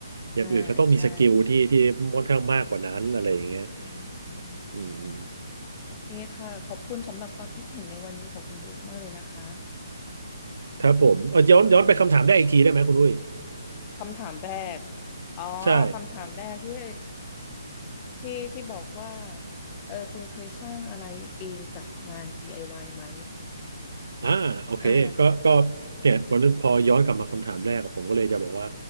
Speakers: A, on the right (about 70°); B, on the left (about 15°).
A: อย่างอื่นเขาต้องมีสกิลที่ที่ค่อนข้างมากกว่านั้นอะไรอย่างเงี้ย
B: อ่าใช่อืม
A: อืม
B: โอเคค่ะ ขอบคุณสำหรับความคิดเห็นในวันนี้ของคุณบุ๊กมากเลยนะคะ
A: ครับผมเอ่อย้อนย้อนไปคำถามได้อีกทีได้ไหมคุณอุ้ย
B: คำถามแรก อ๋อ
A: ใช่
B: คำถามแรกที่ที่ที่บอกว่าเออคุณเคยสร้างอะไรเองจากงาน DIY ไอวายไหม
A: อ่าโอเคก็ก็
B: อ่า
A: เนี่ยวันนี้พอย้อนกลับมาคำถามแรกอะผมก็เลยจะบอกว่า